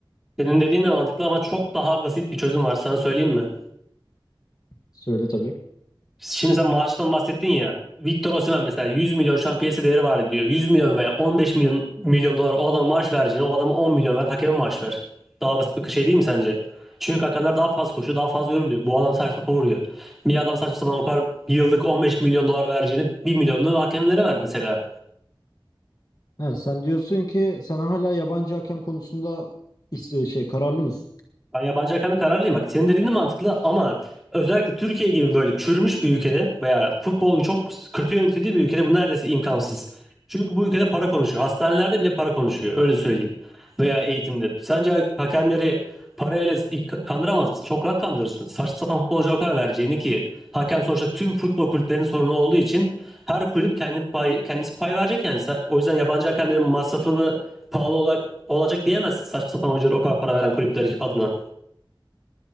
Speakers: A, in the centre; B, on the left.
A: Senin dediğin de mantıklı ama çok daha basit bir çözüm var. Sana söyleyeyim mi?
B: Söyle tabii.
A: Şimdi sen maaştan bahsettin ya. Victor Osimhen mesela 100 milyon şu an piyasa değeri var diyor. 100 milyon veya 15 milyon milyon dolar o adama maaş vereceğine o adama 10 milyon ver hakeme maaş ver. Daha basit bir şey değil mi sence? Çünkü hakemler daha fazla koşuyor, daha fazla yoruluyor. Bu adam sadece topa vuruyor. Bir adam saçma sapan o kadar yıllık 15 milyon dolar vereceğini bir milyonunu hakemlere ver mesela.
B: Ha, sen diyorsun ki sen hala yabancı hakem konusunda is- şey kararlı mısın?
A: Ben yabancı hakkında kararlıyım. Bak senin dediğin de mantıklı ama özellikle Türkiye gibi böyle çürümüş bir ülkede veya futbolun çok kötü yönetildiği bir ülkede bu neredeyse imkansız. Çünkü bu ülkede para konuşuyor. Hastanelerde bile para konuşuyor. Öyle söyleyeyim. Veya eğitimde. Sence hakemleri parayla kandıramaz mısın? Çok rahat kandırırsın. Saçma sapan futbolcuya o kadar vereceğini ki hakem sonuçta tüm futbol kulüplerinin sorunu olduğu için her kulüp kendi pay, kendisi pay verecek yani. Sen- O yüzden yabancı hakemlerin masrafını pahalı olarak olacak diyemezsin saçma sapan oyunculara o kadar para veren kulüpler adına.